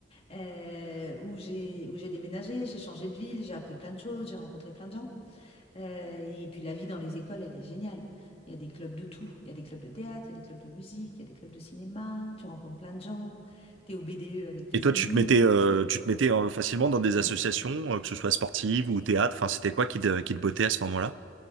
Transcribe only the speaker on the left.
euh, où j'ai où j'ai déménagé, j'ai changé de ville, j'ai appris plein de choses, j'ai rencontré plein de gens. Euh, et puis la vie dans les écoles, elle est géniale. Il y a des clubs de tout. Il y a des clubs de théâtre, il y a des clubs de musique, il y a des clubs de cinéma, tu rencontres plein de gens, tu es au BDE avec tes
amis.
<clears throat>